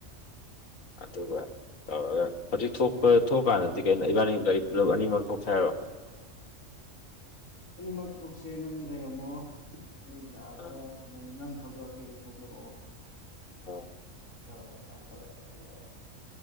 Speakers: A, on the left; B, on the left.
A: ꯑꯗꯨꯒ ꯇꯧꯔꯒ ꯍꯧꯖꯤꯛ ꯊꯣꯛꯄ ꯊꯣꯛꯑꯀꯥꯟꯗꯗꯤ ꯀꯩꯅꯣ ꯏꯕꯥꯅꯤ ꯒꯥꯔꯤ ꯄꯨꯂꯞ ꯑꯅꯤꯃꯛ ꯊꯣꯛꯁꯥꯏꯔꯣ
B: ꯑꯅꯤꯃꯛ ꯊꯣꯛꯣꯛꯁꯦ ꯅꯪ ꯂꯩꯔꯝꯃꯣ ꯅ ꯂꯥꯛꯑꯒ
A: ꯑꯥ
B: ꯅ ꯅꯪ ꯊꯧꯗꯣꯔꯛꯀꯦꯁꯨ ꯊꯧꯗꯣꯔꯛꯑꯣ
A: ꯑ
B: ꯍꯃꯥꯏ ꯇ ꯆꯕꯤ ꯍꯥꯏꯦ ꯍ